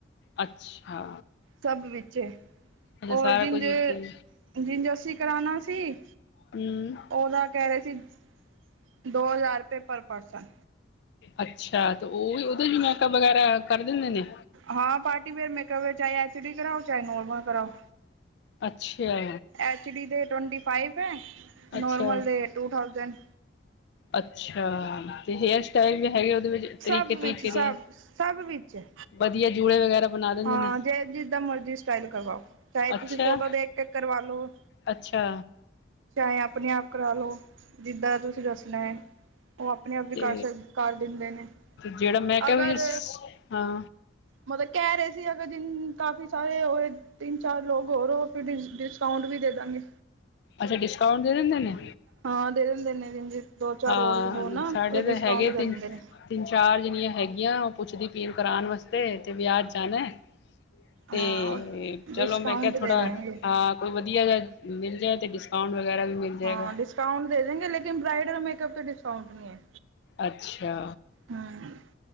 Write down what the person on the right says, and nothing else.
ਸਭ ਵਿੱਚ
ਰ
ਜਿੰਝ
ਜਿੰਜ ਅਸੀਂ ਕਰਾਉਣਾ ਸੀ।
ਉਹਦਾ ਕਹਿ ਰਹੇ ਸੀ ਦੋ ਹਜ਼ਾਰ ਰੁਪਏ ਪਰ ਪਰਸਨ।
ਹਾਂ ਪਾਰਟੀ ਵੇਅਰ ਮੇਕ ਚਾਹੇ ਐਚ ਡੀ ਕਰਾਓ ਚਾਹੇ ਨੋਰਮਲ ਕਰਾਓ।
ਐਚ ਡੀ ਦੇ ਟਵੰਟੀ ਫਾਈਵ ਹੈ ਨੋਰਮਲ
ਦੇ ਟੂ ਥਾਊਸੈਂਡ।
ਸਭ
ਵਿੱਚ ਸਭ
ਸਭ ਵਿੱਚ
ਹਾਂ
ਜੇ, ਜਿਦਾਂ ਮਰਜ਼ੀ ਸਟਾਈਲ ਕਰਵਾਓ, ਚਾਹੇ
ਤੁਸੀਂ ਫੋਟੋ ਦੇਖ ਕੇ ਕਰਵਾ ਲੋ।
ਚਾਹੇਂ ਆਪਣੇ ਆਪ ਕਰਾ ਲੋ, ਜਿੱਦਾਂ ਤੁਸੀਂ ਤੁਸੀ ਦੱਸਨੈ, ਔਹ ਆਪਣੇ ਆਪ ਵੀ
ਕਰ ਸਕ ਦਿੰਦੇ ਨੇ
ਅਗਰ
ਮਤਲਬ ਕਹਿ ਰਹੇ ਸੀ, ਅਗਰ ਜਿੰਨ, ਕਾਫੀ ਸਾਰੇ ਹੋਏ ਤਿੰਨ-ਚਾਰ ਲੋਕ ਹੋਰ ਹੋ ਡਿਸ, ਡਿਸਕਾਉਂਟ ਵੀ ਦੇਦਾਂਗੇ‌।
ਹਾਂ ਦੇ ਦਿੰਦੇ ਇਨੇ ਦਿਨ ਦੋ ਚਾਰ
ਹੋਰ ਹੋ ਨਾ
ਫਿਰ
ਡਿਸਕਾਊਂਟ
ਦੇ
ਦਿੰਦੇ ਨੇ।
ਹਾਂ
ਡਿਸਕਾਊਂਟ
ਦੇ
ਦੇਣਗੇ
ਹਾਂ ਡਿਸਕਾਊਂਟ ਦੇ ਦਿੰਗੇ ਲੇਕਨ ਬਰਾਾਈਡਲ ਮੇਕਅਪ ਤੇ ਡਿਸਕਾਊਂਟ ਨਹੀਂ ਹੈ।
ਹਮ